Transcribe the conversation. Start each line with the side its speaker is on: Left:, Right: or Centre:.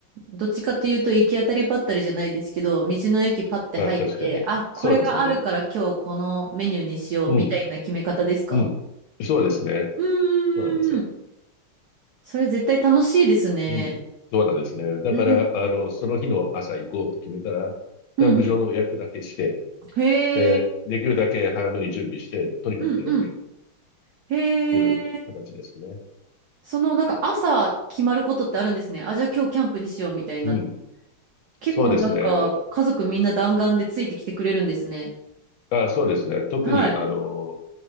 Right: どっちかというと行き当たりばったりじゃないですけど、道の駅パッて入って、
Left: ああ、確かに。
Right: あ、
Left: そうですね。
Right: これがあるから今日このメニューにしようみたいな決め方ですか
Left: うん、うん。そうですね。
Right: うんうんうんうん。
Left: そうなんですよ。
Right: それ絶対楽しいですね。
Left: うん、そうなんですね。だから、
Right: うん。
Left: あの、その日の朝行こうと決めたら、
Right: うんうん。
Left: キャンプ場の予約だけして、
Right: へえ。
Left: で、できるだけ早めに準備して、とにかく出かける
Right: うんうん。へえ。
Left: という形ですね。
Right: そのなんか朝決まることってあるんですね。あ、じゃあ今日キャンプにしようみたいな。
Left: うん。
Right: 結構なんか家族みんな弾丸でついてきてくれるんですね。
Left: そうですね。あ、そうですね。特に、
Right: はい。
Left: あの、